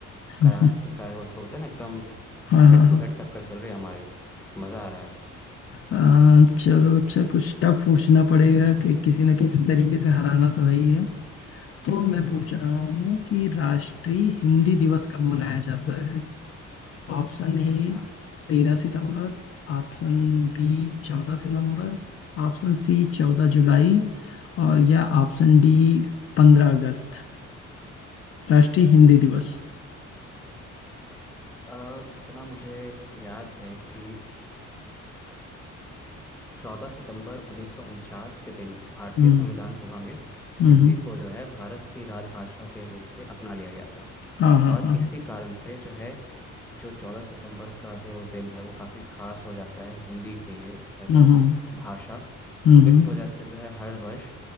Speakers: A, on the left; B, in the centre.
A: हम्म।
B: करा करा वो बोलते हैं ना एकदम
A: हाँ
B: हेड
A: हाँ हाँ
B: टू हेड टक्कर चल रही है हमारी मज़ा आ रहा है
A: आ, चलो अच्छा कुछ टफ पूछना पड़ेगा कि किसी न किसी तरीके से हराना तो है ही है तो मैं पूछ
B: हम्म
A: रहा हूँ कि राष्ट्रीय हिंदी दिवस कब मनाया जाता है ऑप्शन ए
B: अच्छा
A: तेरह सितंबर ऑप्शन बी चौदह सितंबर ऑप्शन सी चौदह जुलाई और या ऑप्शन डी पंद्रह अगस्त राष्ट्रीय हिंदी दिवस
B: अ, जितना मुझे याद है कि चौदह सितंबर उन्नीस सौ उनचास के दिन भारतीय
A: हम्म
B: संविधान सभा में
A: हम्म
B: हिंदी को जो है भारत की राजभाषा के रूप से अपना लिया गया था
A: हाँ हाँ
B: और
A: हाँ हाँ,
B: इसी कारण से जो है जो चौदह सितंबर का जो दिन है वो काफ़ी खास हो जाता है हिंदी के लिए एज
A: हम्म
B: अ
A: हम्म
B: भाषा
A: हम्म
B: तो इस वजह से जो है हर वर्ष